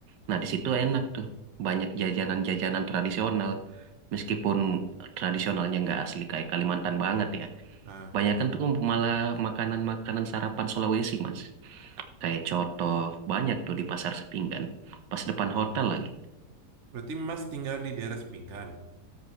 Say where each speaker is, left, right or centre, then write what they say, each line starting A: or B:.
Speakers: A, on the right; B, on the right.
A: Nah, di situ enak tuh. Banyak jajanan-jajanan tradisional. Meskipun tradisionalnya nggak asli kayak Kalimantan banget ya.
B: nah
A: Banyak kan tuh malah makanan-makanan sarapan Sulawesi, Mas. Kayak coto, banyak tuh di pasar Sepinggan. Pas depan hotel lagi.
B: berarti Mas tinggal di daerah Sepinggan